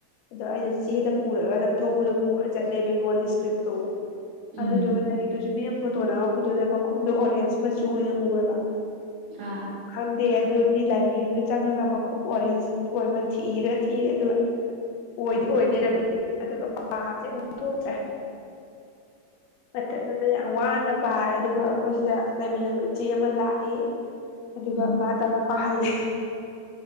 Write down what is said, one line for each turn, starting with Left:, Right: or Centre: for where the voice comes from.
Left: ꯑꯗꯣ ꯑꯩꯅ ꯆꯦꯗ ꯄꯨꯔꯒ ꯅꯝꯊꯣꯛꯄꯗꯣ ꯄꯨꯔ ꯆꯠꯂꯦ ꯕꯦꯡꯒꯣꯂꯤ ꯏꯁꯀ꯭ꯔꯤꯞꯇꯨ
Right: ꯎꯝ
Left: ꯑꯗꯨꯗꯨ ꯇꯁꯨ ꯃꯤꯅ ꯐꯣꯠꯇꯣꯅ ꯀꯗꯨꯗꯕ ꯨꯝꯗꯣ ꯑꯣꯔꯦꯟꯖ ꯃꯆꯨ ꯑꯣꯏꯅ ꯎꯔꯕ
Right: ꯑꯥ
Left: ꯈꯪꯗꯦ ꯑꯗꯨ ꯃꯤ ꯂꯥꯏꯕ꯭ꯔꯦꯔꯤꯗꯨ ꯆꯪꯉꯒ ꯃꯈꯨꯝ ꯑꯣꯔꯦꯟꯖ ꯑꯣꯏꯕ ꯊꯤꯏꯔꯥ ꯊꯤꯔꯦ ꯑꯗꯨꯒ ꯑꯣꯏꯗꯤ ꯑꯣꯏꯗꯣꯏꯔꯝꯃꯤ ꯑꯗꯨꯒ ꯄꯥꯕꯁꯦ ꯑꯃꯨꯛ ꯊꯣꯛꯇ꯭ꯔꯦ ꯃꯦ ꯃ ꯌꯥ ꯋꯥ ꯅ ꯄꯥꯏ ꯑꯗꯨꯒ ꯑꯩꯈꯣꯏ ꯁꯤꯗ ꯂꯩꯃꯤꯟꯅꯕ ꯏꯆꯦ ꯑꯃ ꯂꯥꯛꯑꯦ ꯑꯗꯨꯒ
Right: ꯎꯝ
Left: ꯃꯥ ꯇꯧꯔꯥ ꯄꯥꯍꯜꯂꯦ꯫